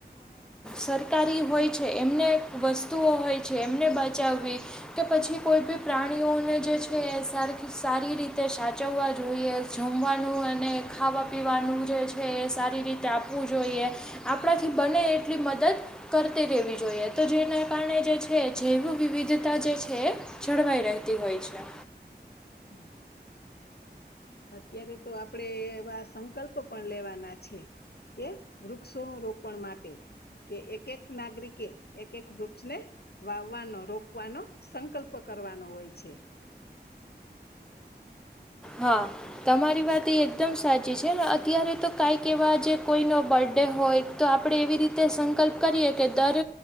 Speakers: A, in the centre; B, on the left.
A: સરકારી હોય છે, એમને વસ્તુઓ હોય છે, એમને બચાવવી. કે પછી કોઈ બી પ્રાણીઓને જે છે, એ સ સારી રીતે સાચવવા જોઈએ. જમવાનું અને ખાવા પીવાનું જે છે, એ સારી રીતે આપવું જોઈએ. આપણાથી બને એટલી મદદ. કરતી રહેવી જોઈએ તો, જેના કારણે જે છે, જૈવ વિવિધતા જે છે. જળવાઈ રહેતી હોય છે.
B: હમ. અત્યારે તો આપડે એવા સંકલ્પ પણ લેવાના છે. કે વૃક્ષો રોપણ માટે. કે એક-એક નાગરિકે એક-એક વૃક્ષને વાવવાનો, રોપવાનો સંકલ્પ કરવાનો હોય છે.
A: હા. તમારી વાત એ એકદમ સાચી છે ને, અત્યારે તો કાંઈક એવા જે કોઈનો બર્થડે હોય. તો આપણે એવી રીતે સંકલ્પ કરીએ કે, દર